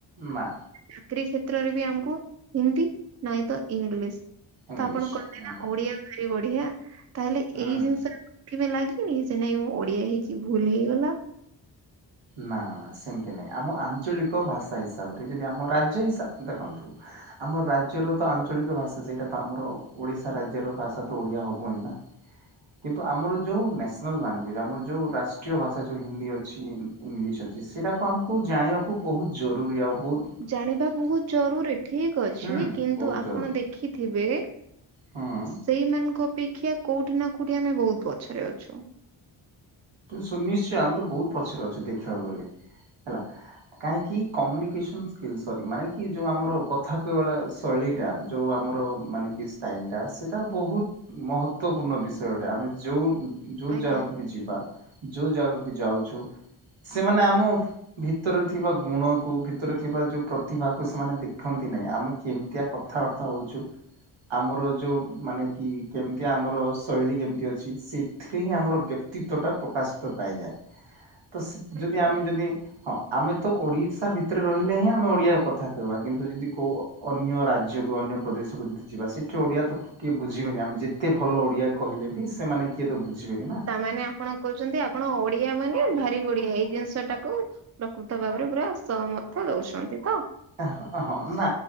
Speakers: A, on the right; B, on the right.
A: ନାଁ।
B: ଚାକିରୀ କ୍ଷେତ୍ରରେ ବି ଆମକୁ ହିନ୍ଦୀ ନାଇଁ ତ ଇଂଲିଶ।
A: ଇଂଲିଶ
B: ତ ଆପଣ କହିଲେ
A: ହଁ
B: ନା ଓଡିଆ ଭାରି ବଢିଆ ତାହେଲେ
A: ହଁ।
B: ଏଇ ଜିନିଷରେ ଆପଣ <inaudible> କେବେ ଲାଗିନି ସେ ନାଇଁ ମୁଁ ଓଡିଆ ହେଇକି ଭୁଲ ହେଇଗଲା।
A: ନା ନା ନା ସେମିତି ନାହିଁ ଆମ ଆଞ୍ଚଳିକ ଭାଷା ହିସାବରେ ଯଦି ଆମ ରାଜ୍ୟ ହିସା ଦେଖନ୍ତୁ। ଆମ ରାଜ୍ୟର ତ ଆଞ୍ଚଳିକ ଭାଷା ସେଇଟା ତ ଆମର ଓଡିଶା ରାଜ୍ୟର ଭାଷା ତ ଓଡିଆ ହବ ହିଁ ନା। କିନ୍ତୁ ଆମର ଯୋଉ ନ୍ୟାସନାଲ୍ ଲାଙ୍ଗୁଏଜ ଆମର ଯୋଉ ରାଷ୍ଟ୍ରୀୟ ଭାଷା ଯୋଉ ହିନ୍ଦୀ ଅଛି ଇଂଲିଶ ଅଛି ସେଇଟାକୁ ଆମକୁ ଜାଣିବାକୁ ବୋହୁତ ଜରୁରୀ ଆଉ ବୋହୁତ
B: ଜାଣିବା ବୋହୁତ ଜରୁରୀ ଠିକ୍ ଅଛି
A: ହୁଁ
B: କିନ୍ତୁ
A: ବହୁତ
B: ଆପଣ
A: ଜରୁରୀ
B: ଦେଖିଥିବେ
A: ହଁ।
B: ସେଇମାନଙ୍କ ଅପେକ୍ଷା କୋଉଠି ନା କୋଉଠି ଆମେ ବୋହୁତ ପଛରେ ଅଛୁ।
A: ସୁନିଶ୍ଚୟ ଆମେ ତ ବୋହୁତ ପଛରେ ଅଛୁ ଦେଖିବାକୁ ଗଲେ ହେଲା। କାହିଁକି କମ୍ୟୁନିକେସନ ସ୍କିଲ ସରି ମାନେ କି ଯୋଉ ଆମର କଥା କହିବାଳା ଶୈଳୀ ଟା ଯୋଉ ଆମର ମାନେ କି ଷ୍ଟାଇଲ ଟା ସେଟା ବୋହୁତ ମହତ୍ୱପୂର୍ଣ୍ଣ ବିଷୟଟେ ଆମେ ଯୋଉ ଯୋଉ
B: ଆଜ୍ଞା
A: ଯାଉ ଯିବା ଯୋଉ ଜାଗାକୁ ବି ଯାଉଚୁ ସେମାନେ ଆମ ଭିତରେ ଥିବା ଗୁଣକୁ ଭିତରେ ଥିବା ଯୋଉ ପ୍ରତିଭାକୁ ସେମାନେ ଦେଖନ୍ତି ନାହିଁ। ଆମେ କେମିତିଆ କଥାବାର୍ତ୍ତା ହୋଉଚୁ ଆମର ଯୋଉ ମାନେ କି କେମତି ଆମର ଶୈଳୀ କେମିତି ଅଛି ସେ ଥିରେ ହିଁ ଆମର ବ୍ୟକ୍ତିତ୍ବ ଟା ପ୍ରକାଶିତ ପାଇଯାଏ। ତ ସେ
B: ଆଜ୍ଞା
A: ଯଦି ଆମେ ଯଦି ହଁ ଆମେ ତ ଓଡିଶା ଭିତରେ ରହିଲେ ହିଁ ଆମେ ଓଡିଆ କଥା କହିବା କିନ୍ତୁ ଯଦି କୋଉ ଅନ୍ୟ ରାଜ୍ୟକୁ ଅନ୍ୟ ପ୍ରଦେଶକୁ ଯଦି ଯିବା ସେଠି ଓଡିଆ ତ କିଏ ବୁଝିବେନି ଆମେ ଯେତେ ଭଲ ଓଡିଆ କହିଲେ ବି ସେମାନେ କିଏ ତ ବୁଝିବେନି ନା।
B: ତା ମାନେ ଆପଣ କୋହୁଚନ୍ତି ଆପଣ ଓଡିଆ ମାନେ ଭାରି ବଡିିଆ ଏଇ ଜିନିଷ ଟାକୁ ପ୍ରକୃତ ଭାବରେ ପୁରା ସହମର୍ଥ ଦୋଉଚନ୍ତି ତ।
A: <unintelligible> ହ ହଁ ନା